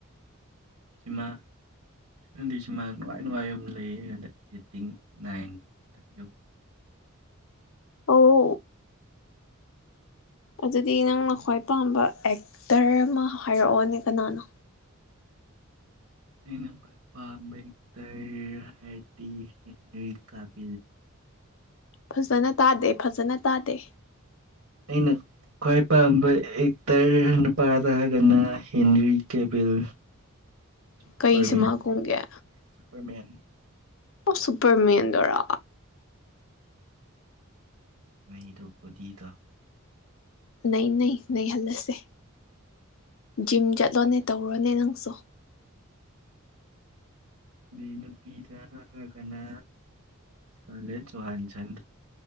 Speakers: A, on the right; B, on the left.
A: ꯁꯤꯃꯥꯗꯤ ꯁꯤꯃꯥ ꯅꯨꯡꯉꯥꯏ ꯅꯨꯡꯉꯥꯏꯕ ꯑꯃ ꯂꯩ ꯉꯟꯗ ꯔꯇꯤꯡ ꯅꯥꯏꯟ ꯃꯊꯛ ꯌꯧꯕ
B: ꯑꯣ ꯑꯗꯨꯗꯤ ꯅꯪꯅ ꯈ꯭ꯋꯥꯏ ꯄꯥꯝꯕ ꯑꯦꯛꯇꯔ ꯑꯃ ꯍꯥꯏꯔꯛꯑꯣꯅꯦ ꯀꯅꯥꯅꯣ
A: ꯩꯅ ꯄ ꯄ ꯑꯝꯕꯦꯛꯇꯔꯔꯤ ꯀ <inaudible>
B: ꯐꯖꯅ ꯇꯥꯗꯦ ꯐꯖꯅ ꯇꯥꯗꯦ
A: ꯑꯩꯅ ꯈ꯭ꯋꯥꯏ ꯄꯥꯝꯕ ꯑꯦꯛꯇꯔ ꯅꯨꯄꯥꯗ ꯍꯥꯏꯔꯒꯅ ꯍꯦꯟꯔꯤ ꯀꯦꯕꯤꯜ ꯁꯨꯄꯔꯃꯦꯟ
B: ꯀꯩ ꯁꯃꯥ ꯀꯨꯝꯒꯦ
A: ꯁꯨꯄꯔꯃꯦꯟ
B: ꯑꯣ ꯁꯨꯄꯔ ꯃꯦꯟꯗꯨꯔꯥ
A: ꯅꯩꯗꯣꯞꯄꯗꯤꯗꯥ
B: ꯅꯩ ꯅꯩ ꯅꯩꯍꯜꯂꯁꯦ ꯖꯤꯝ ꯆꯠꯂꯣꯅꯦ ꯇꯧꯔꯣꯅꯦ ꯅꯪꯁꯨ
A: ꯑ ꯅꯨꯄꯤꯗ ꯍꯥꯒꯅ ꯀꯂꯦ ꯖꯣꯍꯥꯟꯆꯟ꯭ꯔ